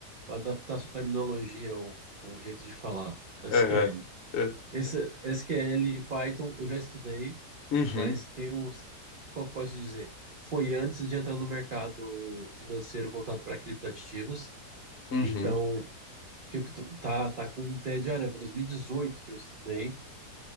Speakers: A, on the right; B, on the left.
A: vou adaptar a sua terminologia, o, o jeito de falar. SQL.
B: É, é. é.
A: Esse, SQL e Python eu já estudei,
B: Uhum.
A: mas tem uns. Como eu posso dizer? Foi antes de entrar no mercado financeiro voltado para criptoativos.
B: Uhum,
A: Então, fico, tá, tá com um pé de aranha. Foi 2018 que eu estudei,